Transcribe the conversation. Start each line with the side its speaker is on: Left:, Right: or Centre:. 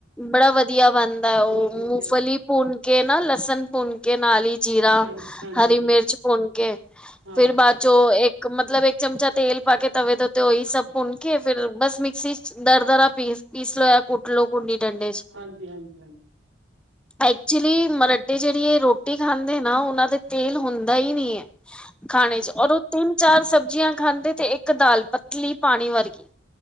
Centre: ਬੜਾ ਵਧੀਆ ਬਣਦਾ ਉਹ
Right: ਬਹੁਤ
Centre: ਮੂੰਫਲੀ
Right: ਵਧੀਆ ਉਹ।
Centre: ਪੁਨਕੇ ਨਾ ਲਸਣ ਪੁਨ ਕੇ ਨਾਲੀ ਜੀਰਾ,
Right: ਹਾਂ ਹਾਂਜੀ
Centre: ਹਰੀ
Right: ਹਾਂਜੀ
Centre: ਮਿਰਚ ਭੁੰਨ ਕੇ,
Right: ਹਾਂ
Centre: ਫਿਰ ਬਾਅਦ
Right: ਹਾਂ
Centre: ਚੋਂ ਇੱਕ ਕ ਮਤਲਬ ਇੱਕ ਚਮਚਾ ਤੇਲ ਪਾ ਕੇ ਤਵੇ ਦੇ ਉਤੇ ਉਹਹੀ ਸਭ ਭੁੰਣ ਕੇ, ਫਿਰ ਬਸ ਮਿਕ ਸੀ ਚ ਦਰਦਰਾ ਪੀ-ਪੀਸ ਲੋ ਏ ਕੁੱਟ ਲੋ ਕੁੰਡੀ ਠੰਡੇ ਚ।
Right: ਹਾਂਜੀ ਹਾਂਜੀ ਹਾਂਜੀ
Centre: ਐਕਚੁਲੀ ਮਰਡੀ
Right: ਹੂੰ
Centre: ਜਿਹੜੀ ਹੈ ਰੋਟੀ ਖਾਂਦੇ ਨਾ, ਉਹਨਾਂ ਦਾ ਤੇਲ ਹੁੰਦਾ ਹੀ ਨੀ ਹੈ। ਖਾਣੇ ਚ ਔਰ ਉਹ ਤਿੰਨ ਚਾਰ ਸਬਜ਼ੀਆਂ ਖਾਂਦੇ ਤੇ, ਇੱਕ ਦਾਲ ਪਤਲੀ ਪਾਣੀ ਵਰਗੀ।